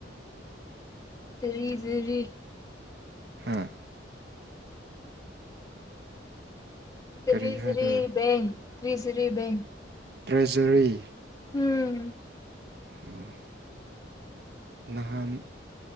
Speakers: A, on the left; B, on the right.
A: <unintelligible>
B: ꯍꯥꯥ
A: <unintelligible>
B: ꯀꯔꯤ ꯍꯥꯏꯕ꯭ꯔꯥ
A: ꯕꯦꯡ <unintelligible> ꯕꯦꯡ
B: ꯇ꯭ꯔꯦꯖꯔꯤ
A: ꯎꯝ
B: ꯎꯝ ꯅꯍꯥꯟ